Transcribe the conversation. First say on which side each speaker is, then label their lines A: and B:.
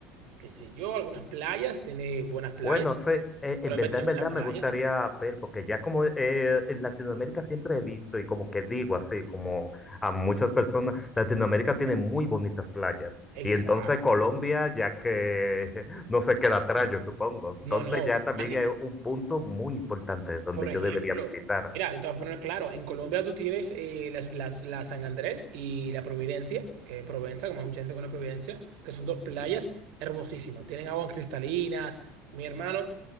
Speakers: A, on the right; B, on the left.
A: qué sé yo, algunas playas, tiene buenas playas.
B: Bueno, sí, eh,
A: Colombia
B: en verdad,
A: tiene
B: en
A: buenas
B: verdad
A: playas.
B: me gustaría ver, porque ya como eh, en Latinoamérica siempre he visto y como que digo así, como a muchas personas, Latinoamérica tiene muy bonitas playas.
A: Exacto.
B: Y entonces Colombia, ya que <laughs> no se queda atrás, yo supongo.
A: No,
B: Entonces
A: no.
B: ya también
A: A ni-
B: es un punto muy importante donde
A: Por ejemplo,
B: yo debería visitar.
A: mira, te voy a poner claro, en Colombia tú tienes eh, las, las- la San Andrés y la Providencia, que es Provenza, como hay mucha gente con la Providencia, que son dos playas hermosísimas. Tienen aguas cristalinas. Mi hermano,